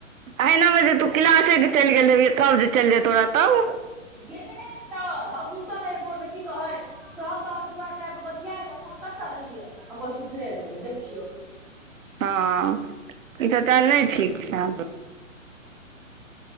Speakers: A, on the right (about 80°); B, in the centre.
A: अहिनामे जे तू क्लासेके चलि गेल रहह तब जे चलि जेतो तोरा तब
B: गेलै ह तऽ हम सुतलै बोर्रमे की कहै सेऽ हम तऽ अहाँके दुआरि पर आबि कऽ बतियाइ रहौँ अहाँ कतऽ रहियै हम सुतले रहियै देखियौ
A: हँ ई तऽ चाल नही ठीक छै